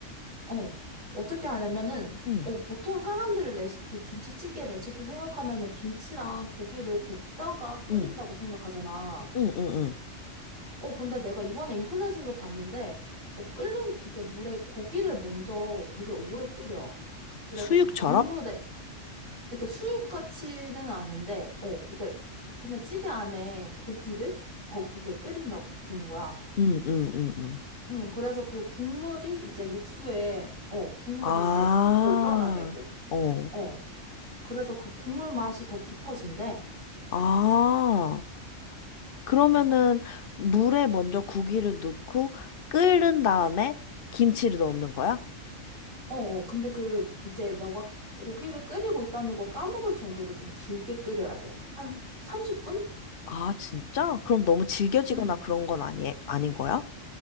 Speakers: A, on the right; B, on the left.
A: 어, 어떻게 하냐면은,
B: 응,
A: 어, 보통 사람들 레시피, 김치찌개 레시피 생각하면은 김치랑 고기를 볶다가 끓인다고
B: 응,
A: 생각하잖아.
B: 응, 응, 응.
A: 어, 근데 내가 이번에 인터넷으로 봤는데, 어, 끓는, 이렇게 물에 고기를 먼저 되게 오래 끓여. 그래서
B: 수육처럼?
A: 그 국물에, 이렇게 수육같이는 아닌데, 어, 그렇게 그냥 찌개 안에 고기를 더 이렇게 끓인다고 보는 거야.
B: 응, 응, 응, 응.
A: 응, 그래서 그 국물이 이제 육수에, 어, 국물이
B: 아,
A: 이제 더 우러나게끔.
B: 어.
A: 어. 그래서 그 국물 맛이 더 깊어진대.
B: 아. 그러면은 물에 먼저 고기를 넣고 끓는 다음에 김치를 넣는 거야?
A: 어, 어. 근데 그, 이제 너가 고기를 끓이고 있다는 걸 까먹을 정도로 좀 길게 끓여야 돼. 한 30분?
B: 아, 진짜? 그럼 너무 질겨지거나
A: 응.
B: 그런 건 아니, 아닌 거야?